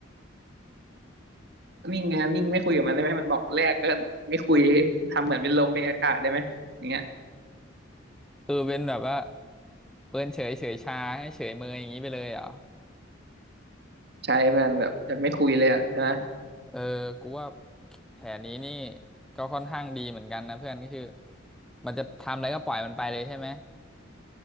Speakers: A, on the right; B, in the centre.
A: นิ่งไงนิ่งไม่คุยกับมันได้ไหมมันบอกแรกก็ไม่คุยทำเหมือนเป็นลมเป็นอากาศได้ไหมอย่างเงี้ย
B: คือเป็นแบบว่าเปิ้นเฉยเฉยชาให้เฉยเมยอย่างนี้ไปเลยเหรอ
A: ใช่เพื่อนแบบจะไม่คุยเลยอะใช่ไหม
B: เออกูว่าแผนนี้นี่ก็ค่อนข้างดีเหมือนกันนะเพื่อนก็คือมันจะทำอะไรก็ปล่อยมันไปเลยใช่ไหม